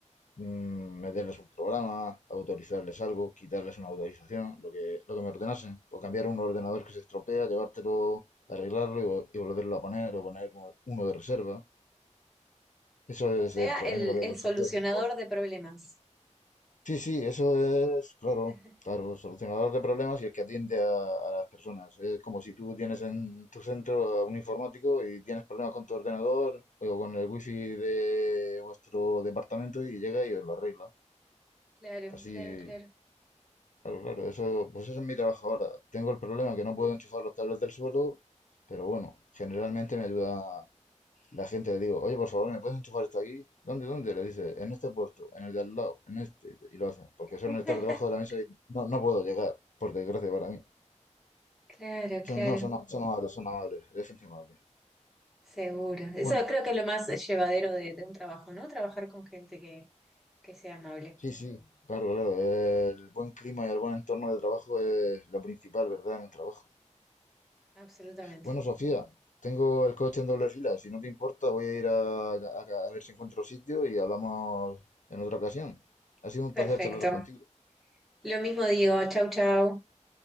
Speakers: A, on the left (about 80°); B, in the centre.
A: mm, meterles un programa, autorizarles algo, quitarles una autorización, lo que, lo que me ordenase, o cambiar un ordenador que se estropea, llevártelo, arreglarlo y, y volverlo a poner, o poner uno de reserva. Eso
B: O
A: es,
B: sea,
A: el es
B: el,
A: lo que
B: el
A: consiste
B: solucionador
A: ese trabajo.
B: de problemas.
A: Sí, sí, eso es,
B: <laughs>
A: claro, claro, solucionador de problemas y el que atiende a, a las personas. Es como si tú tienes en tu centro a un informático y tienes problemas con tu ordenador o con el wifi de vuestro departamento y llega y os lo arregla.
B: Claro,
A: Así,
B: claro, claro.
A: claro, claro, eso, pues eso es mi trabajo ahora. Tengo el problema que no puedo enchufar los cables del suelo, pero bueno, generalmente me ayuda, la gente le digo, oye, por favor, ¿me puedes enchufar esto aquí? ¿Dónde, dónde? Le dice, en este puerto, en el de al lado, en este. Y lo hacen, porque suelen
B: <laughs>
A: estar debajo de la mesa y no, no puedo llegar, por desgracia para mí.
B: Claro,
A: Son,
B: claro,
A: no, son, son amables, son amables, es gente amable.
B: seguro. Eso
A: Bueno,
B: creo que es lo más llevadero de, de un trabajo, ¿no? Trabajar con gente que, que sea amable.
A: sí, sí, claro, claro. El buen clima y el buen entorno de trabajo es lo principal, ¿verdad? En un trabajo.
B: Absolutamente.
A: Bueno, Sofía, tengo el coche en doble fila. Si no te importa, voy a ir a, a- a ver si encuentro sitio y hablamos en otra ocasión. Ha sido un
B: Perfecto.
A: placer charlar contigo.
B: Lo mismo digo. Chau, chau.